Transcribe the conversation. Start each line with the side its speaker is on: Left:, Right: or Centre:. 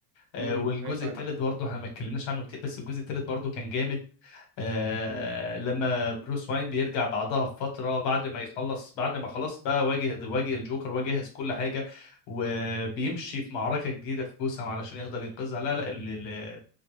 Left: آه،
Right: امم
Left: والجزء
Right: ايوه فعلا
Left: الثالث برضه احنا ما اتكلمناش عنه كتير بس الجزء الثالث برضه كان جامد آه
Right: مم.
Left: لما بروس واين بيرجع بعدها بفترة بعد ما يخلص بعد ما خلاص بقى واجه واجه الجوكر وجهز كل حاجة وبيمشي في معركة جديدة في جوثام علشان يقدر ينقذها لا لا ال- ال-